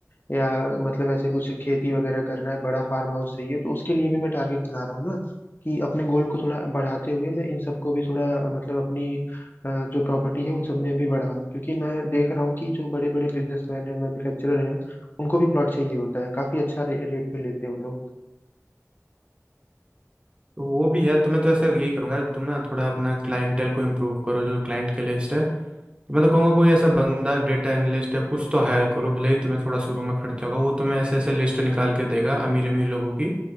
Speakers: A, on the left; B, on the right.
A: या मतलब ऐसे कुछ खेती वगैरह करना है बड़ा फार्म हाउस चाहिए तो उसके लिए भी मैं टारगेट बना रहा हूँ ना कि अपने गोल को थोड़ा बढ़ाते हुए मैं इन सबको भी थोड़ा मतलब अपनी अ, जो प्रॉपर्टी है उन सब में भी बढ़ाऊँ क्योंकि मैं देख रहा हूँ कि जो बड़े बड़े बिजनेसमैन हैं मैन्युफैक्चरर हैं उनको भी प्लॉट चाहिए होता है काफी अच्छा रे, रेट पे लेते हैं वो लोग
B: तो वो भी है तो मैं तो ऐसा यही करूंगा तुम ना थोड़ा अपना क्लाइंटेल को इम्प्रूव करो जो क्लाइंट की लिस्ट है तो मैं तो कहूँगा कोई ऐसा बंदा डेटा एनालिस्ट या कुछ तो हायर करो भले ही तुम्हें थोड़ा शुरू में खर्चा होगा वो तुम्हें ऐसे ऐसे लिस्ट निकाल के देगा अमीर अमीर लोगों की